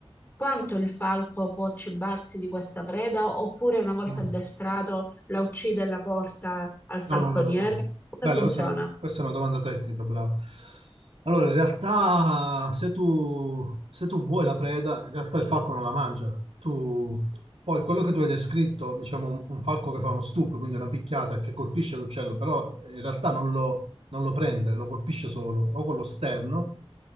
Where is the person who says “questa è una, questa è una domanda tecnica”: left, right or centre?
Right